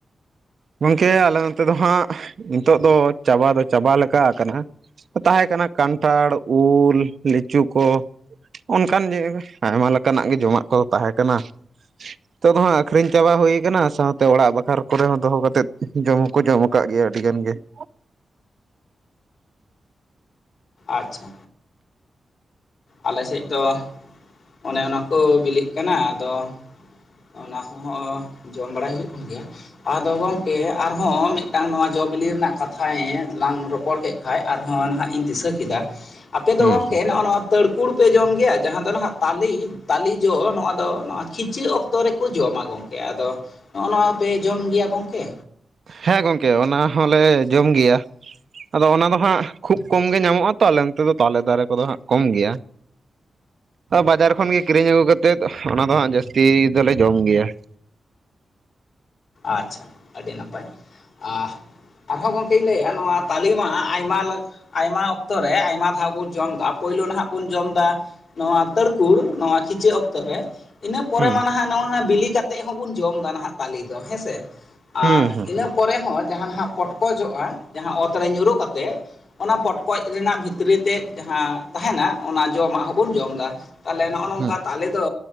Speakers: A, on the right; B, on the left.
A: ᱜᱚᱝᱠᱮ ᱟᱞᱮ ᱱᱚᱛᱮ ᱫᱚ ᱦᱟᱸᱜ ᱱᱤᱛᱚᱜ ᱫᱚ ᱪᱟᱵᱟ ᱫᱚ ᱪᱟᱵᱟ ᱞᱮᱠᱟ ᱠᱟᱱᱟ ᱛᱟᱦᱮᱸ ᱠᱟᱱᱟ ᱠᱟᱱᱴᱷᱟᱲ ᱩᱞ ᱞᱤᱪᱩ ᱠᱚᱼᱼ ᱚᱱᱠᱟᱱ ᱡᱤᱥ ᱟᱭᱢᱟ ᱞᱮᱠᱟᱱᱟᱜ ᱜᱮ ᱡᱚᱢᱟᱜ ᱠᱚᱫᱚ ᱛᱟᱦᱮᱸ ᱠᱟᱱᱟ ᱱᱤᱛᱚᱜ ᱦᱟᱸᱜ ᱟᱠᱷᱨᱤᱧ ᱪᱟᱵᱟ ᱦᱩᱭᱩᱠᱟᱱᱟ ᱥᱟᱶᱛᱮ ᱚᱲᱟᱜ ᱵᱟᱠᱷᱨᱟ ᱠᱚᱨᱮ ᱦᱚᱸᱼᱼ ᱫᱚᱦᱚ ᱠᱟᱛᱮ ᱡᱚᱢ ᱦᱚᱸᱠᱚ ᱡᱚᱢ ᱠᱟᱜ ᱜᱮᱭᱟ ᱟᱹᱰᱤ ᱜᱟᱱ ᱜᱮ ᱾
B: ᱟᱪᱪᱷᱟ ᱟᱞᱮᱥᱮᱫ ᱫᱚ ᱚᱱᱮ ᱚᱱᱟᱠᱚ ᱵᱤᱞᱤᱜ ᱠᱟᱱᱟ ᱟᱫᱚ ᱾ ᱚᱱᱟ ᱠᱚᱦᱚᱸ ᱡᱚᱢ ᱵᱟᱲᱟᱭ ᱦᱩᱭᱩᱜ ᱠᱟᱱ ᱜᱮᱭᱟ ᱾ ᱟᱫᱚ ᱜᱚᱝᱠᱮ ᱟᱨᱦᱚᱸ ᱢᱤᱫᱴᱟᱝ ᱡᱚ ᱵᱤᱞᱤ ᱨᱮᱱᱟᱜ ᱠᱟᱛᱷᱟᱭᱮᱱ ᱾ ᱞᱟᱝ ᱨᱚᱯᱚᱲ ᱠᱮᱫ ᱠᱷᱟᱱ ᱟᱨᱦᱚᱸ ᱱᱟᱦᱟᱜ ᱫᱤᱥᱟᱹ ᱠᱮᱫᱟ ᱟᱯᱮᱫᱚ
A: ᱦᱩᱸ
B: ᱱᱚᱜᱼᱚ ᱱᱚᱣᱟ ᱾ ᱛᱟᱹᱲᱠᱩᱲ ᱯᱮ ᱡᱚᱢ ᱜᱮᱭᱟ ᱡᱟᱦᱟᱸ ᱫᱚ ᱱᱟᱦᱟᱜ ᱛᱟᱞᱤ ᱛᱟᱞᱤ ᱡᱚ ᱱᱚᱣᱟ ᱫᱚ ᱱᱚᱣᱟ ᱠᱷᱤᱪᱟᱹ ᱚᱠᱛᱚ ᱨᱮᱠᱚ ᱡᱚᱢᱟ ᱜᱚᱝᱠᱮ ᱾ ᱟᱫᱚ ᱱᱚᱜᱼᱚ ᱱᱚᱣᱟ ᱯᱮ ᱡᱚᱢ ᱜᱮᱭᱟ ᱜᱚᱝᱠᱮ?
A: ᱦᱮᱸ ᱜᱚᱝᱠᱮ ᱚᱱᱟ ᱦᱚᱞᱮ ᱡᱚᱢ ᱜᱮᱭᱟ᱾ ᱟᱫᱚ ᱚᱱᱟ ᱫᱚ ᱦᱟᱸᱜ ᱠᱷᱩᱵ ᱠᱚᱢ ᱧᱟᱢᱚᱜᱼᱟ ᱛᱚ ᱟᱞᱮ ᱚᱱᱛᱮ ᱫᱚ ᱛᱟᱞᱮ ᱫᱟᱨᱮ ᱠᱚᱫᱚ ᱦᱟᱸᱜ ᱠᱚᱢ ᱜᱮᱭᱟ ᱾ ᱵᱟᱡᱟᱨ ᱠᱷᱚᱱ ᱜᱮ ᱠᱤᱨᱤᱧ ᱟᱹᱜᱩ ᱠᱟᱛᱮᱫ ᱚᱱᱟ ᱫᱚ ᱦᱟᱸᱜ ᱡᱟᱹᱥᱛᱤ ᱫᱚᱞᱮ ᱡᱚᱢ ᱜᱮᱭᱟ ᱾
B: ᱟᱪᱪᱷᱟ ᱟᱹᱰᱤ ᱱᱟᱯᱟᱭ ᱟᱷ ᱟᱨᱦᱚᱸ ᱜᱚᱝᱠᱮᱧ ᱞᱟᱹᱭᱟ ᱱᱚᱣᱟ ᱛᱟᱹᱞᱤ ᱢᱟ ᱟᱭᱢᱟ᱾ ᱟᱭᱢᱟ ᱚᱠᱛᱚ ᱨᱮ ᱟᱭᱢᱟ ᱫᱷᱟᱣ ᱵᱚᱱ ᱡᱚᱢ ᱮᱫᱟ ᱯᱳᱭᱞᱳ ᱱᱟᱦᱟᱜ ᱵᱚᱱ ᱡᱚᱢ ᱮᱫᱟ ᱱᱚᱣᱟ ᱛᱟᱹᱲᱠᱩᱲ ᱱᱚᱣᱟ ᱠᱷᱤᱪᱟᱹᱜ ᱚᱠᱛᱚ ᱨᱮ ᱤᱱᱟᱹ ᱯᱚᱨᱮ
A: ᱦᱩᱸ
B: ᱢᱟ ᱱᱟᱦᱟᱜ ᱱᱚᱜᱼᱚᱭ ᱵᱤᱞᱤ ᱠᱟᱛᱮᱜ ᱦᱚᱸᱵᱚᱱ ᱡᱚᱢ ᱮᱫᱟ ᱱᱟᱦᱟᱜ ᱛᱟᱞᱮ ᱫᱚ ᱦᱮᱸᱥᱮ ᱾ ᱟᱨ
A: ᱦᱩᱸ ᱦᱩᱸ
B: ᱤᱱᱟᱹ ᱯᱚᱨᱮ ᱦᱚᱸ ᱡᱟᱦᱟᱸ ᱱᱟᱦᱟᱜ ᱯᱚᱴᱠᱚᱡᱚᱜᱼᱟ ᱡᱟᱦᱟᱸ ᱚᱛ ᱨᱮ ᱧᱩᱨᱩ ᱠᱟᱛᱮᱫ ᱾ ᱚᱱᱟ ᱯᱚᱴᱠᱚᱡ ᱨᱮᱱᱟᱜ ᱵᱷᱤᱛᱨᱤ ᱛᱮ ᱡᱟᱦᱟᱸ ᱛᱟᱦᱮᱱᱟ ᱚᱱᱟ ᱡᱚᱢᱟᱜ ᱦᱚᱸᱵᱚᱱ ᱡᱚᱢ ᱮᱫᱟ᱾ ᱛᱟᱦᱚᱞᱮ ᱱᱚᱜᱼᱚ ᱱᱚᱝᱠᱟ
A: ᱦᱩᱸ
B: ᱛᱟᱞᱮ ᱫᱚ